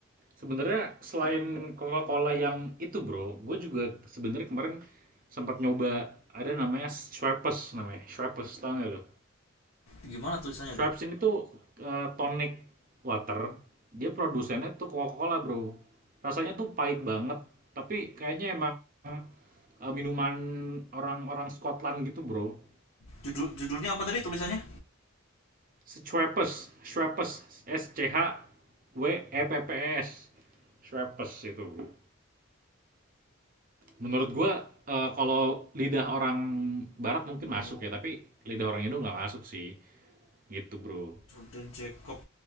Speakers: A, on the right; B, on the left.
A: sebenarnya selain Coca-Cola yang itu Bro, gue juga sebenarnya kemarin sempat nyoba ada namanya Schweppes namanya, Schweppes tau nggak lu?
B: gimana tulisannya
A: Schweppes
B: tuh
A: ini tuh, eee, tonic water, dia produsennya tuh Coca-Cola Bro. Rasanya tuh pahit banget, tapi kayaknya emang, eee, minuman orang-orang Scotland gitu Bro.
B: judul judulnya apa tadi tulisannya
A: Schweppes, Schweppes, S-C-H-W-E-P-P-E-S, Schweppes itu Bro. Menurut gue eh, kalau lidah orang barat mungkin
B: oh
A: masuk ya, tapi lidah orang Indo nggak masuk sih. Gitu, Bro.
B: Jordan Jacob